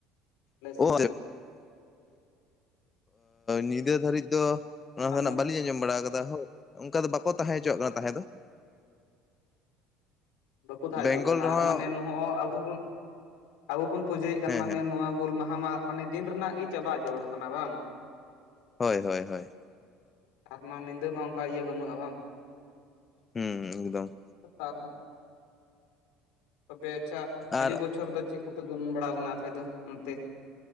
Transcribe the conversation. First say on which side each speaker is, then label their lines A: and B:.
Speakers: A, on the left; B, on the left.
A: <unintelligible>
B: ᱥᱮᱫ
A: ᱚ ᱧᱤᱫᱟᱹ ᱫᱷᱟᱹᱨᱤᱡ ᱫᱚᱼᱼ ᱚᱱᱟ
B: ᱢᱟᱱᱮ
A: ᱫᱚᱱᱟᱜ ᱵᱟᱹᱞᱤᱧ ᱟᱸᱡᱚᱢ ᱵᱟᱲᱟ ᱟᱠᱟᱫᱟ ᱦᱚᱼᱼ ᱚᱱᱠᱟ ᱫᱚ ᱵᱟᱠᱚ ᱛᱟᱦᱮᱸ ᱦᱚᱪᱚᱣᱟᱜ ᱠᱟᱱᱟ ᱛᱟᱦᱮᱸ ᱫᱚ᱾
B: ᱵᱟᱠᱚ ᱛᱟᱦᱮᱸ
A: ᱵᱮᱝᱜᱚᱞ
B: ᱦᱚᱪᱚ ᱠᱟᱱᱟ
A: ᱨᱮᱦᱚᱸ
B: ᱟᱨ ᱢᱟᱱᱮ ᱱᱚᱜᱼᱚᱭ ᱟᱵᱚ ᱵᱚᱱ᱾ ᱟᱵᱚ ᱵᱚᱱ ᱯᱩᱡᱟᱹᱭᱮᱫ ᱠᱟᱱ
A: ᱦᱮᱸ
B: ᱢᱟᱱᱮ
A: ᱦᱮᱸ
B: ᱱᱚᱣᱟ ᱦᱩᱞ ᱢᱟᱦᱟ ᱢᱟ ᱢᱟᱱᱮ ᱫᱤᱱ ᱨᱮᱱᱟᱜ ᱜᱮ ᱪᱟᱵᱟᱜ ᱡᱟᱹᱨᱩᱲ ᱠᱟᱱᱟ ᱵᱟᱝ?
A: ᱦᱳᱭ ᱦᱳᱭ ᱦᱳᱭ
B: ᱟᱨ ᱚᱱᱟ ᱧᱤᱫᱟᱹ ᱢᱟ ᱚᱱᱠᱟ ᱤᱭᱟᱹ ᱵᱟᱹᱱᱩᱜᱼᱟ ᱵᱟᱝ?
A: ᱦᱩᱸ ᱮᱠᱫᱚᱢ᱾
B: <unintelligible> ᱛᱚᱵᱮ ᱟᱪᱪᱷᱟ ᱦᱟᱡᱩᱜ
A: ᱟᱨ
B: ᱵᱚᱪᱷᱚᱨ ᱫᱚ ᱪᱮᱫ ᱠᱚᱯᱮ ᱜᱚᱱᱚᱝ ᱵᱟᱲᱟᱣ ᱟᱠᱟᱱᱟ ᱟᱯᱮ ᱫᱚ ᱚᱱᱛᱮ?